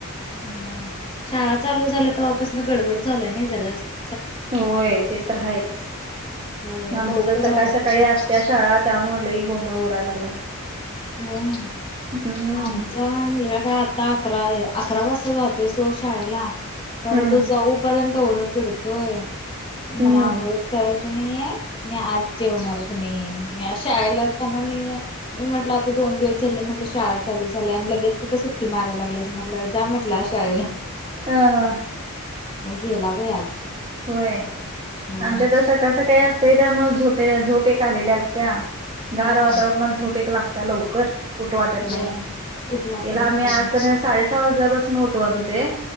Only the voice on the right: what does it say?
होय,, ते तर आहेच.
आमचं
तर सकाळ
सकाळी
असत्या शाळा त्यामुळं लय गोंधळ उडाय लागलाय..
हम्म
हम्म
हम्म
हा हा.
होय,,,
आमच्या तसं सकाळ सकाळी असतंय त्यामुळे झोपेऽऽ झोपेऽऽ आलेल्या असत्या,,, गार
वातावरणात झोप एक लागत्या लवकर,,, ऊठू वाटत
नाही..
त्याला
आम्ही
आज क नाय साडे सहा वाजल्यापासून उठवत होते..